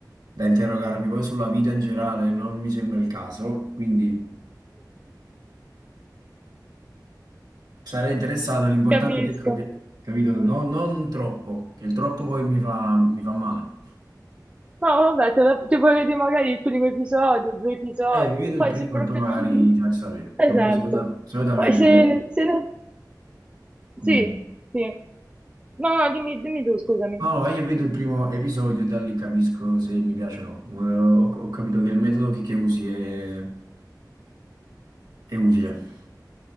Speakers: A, on the right; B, on the right.
A: da interrogarmi poi sulla vita in generale, non mi sembra il caso, quindi... Sarei interessato, l'importante
B: Capisco.
A: è che, ecco che- capito, no- non troppo, che il troppo poi mi fa, mi fa male.
B: No, vabbè, te la- ti puoi vedere magari il primo episodio, due episodi,
A: Eh, vi vedo
B: poi
A: il primo
B: se proprio
A: e poi magari
B: non...
A: ti faccio sapere,
B: Esatto.
A: che comunque solita- solitamente
B: Poi se, se non... Sì,
A: dimmi.
B: sì. No, no, dimmi, dimmi tu, scusami.
A: No, no, io vedo il primo episodio e da lì capisco se mi piace o no. Eh, Ho, ho capito che il metodo che, che usi è, è utile.